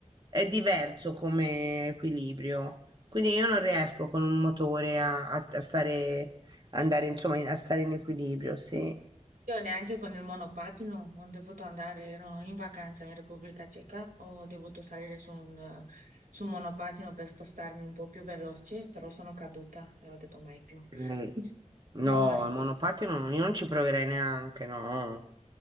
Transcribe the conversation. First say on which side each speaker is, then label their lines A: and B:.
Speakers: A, on the right (about 35°); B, on the right (about 90°).
A: è diverso come equilibrio. Quindi io non riesco con un motore a, a- a stare, andare, insomma, in- a stare in equilibrio, sì.
B: Io neanche con il monopattino non dovuto andare, ero in vacanza in Repubblica Ceca, ho dovuto salire su un, eh, su un monopattino per spostarmi un po' più veloce, però sono caduta e ho detto mai più,
A: Mm.
B: <laughs>
A: No,
B: mai
A: il
B: più.
A: monopattino non- io non ci proverei neanche, no.